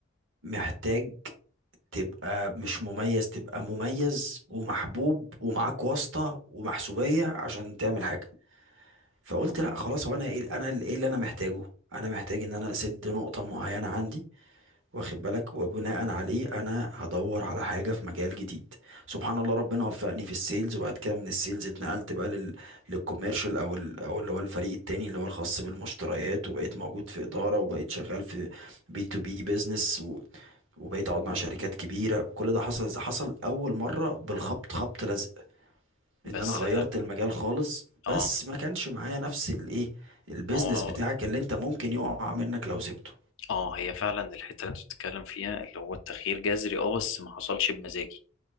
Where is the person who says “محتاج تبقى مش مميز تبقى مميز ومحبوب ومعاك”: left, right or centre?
Right